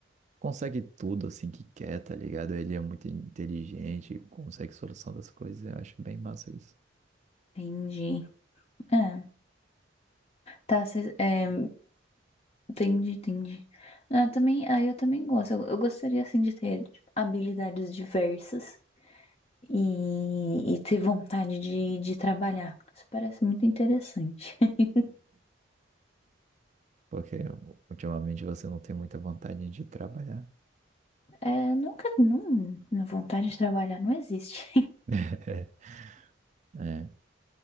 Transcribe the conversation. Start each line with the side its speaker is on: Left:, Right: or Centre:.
Right: consegue tudo, assim, que quer, tá ligado? Ele é muito inteligente, consegue solução das coisas, eu acho bem massa isso.
Left: Entendi. É, tá, cês- é, entendi, entendi. Ah, também, aí eu também gosto. Eu, eu gostaria, assim, de ter tipo, habilidades diversas e, e ter vontade de, de trabalhar. Isso parece muito interessante. <laughs>
Right: Porque ultimamente você não tem muita vontade de trabalhar.
Left: É, nunca, não, vontade de trabalhar não existe.
Right: <laughs> É,